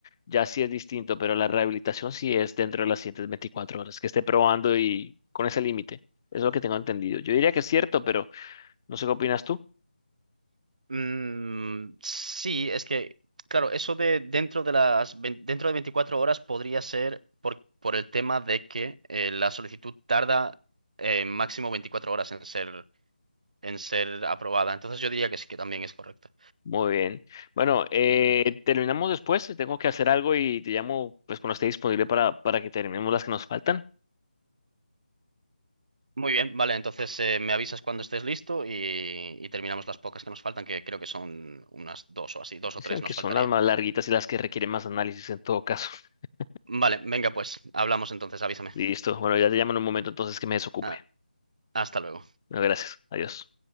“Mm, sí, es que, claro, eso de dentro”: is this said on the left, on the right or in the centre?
Right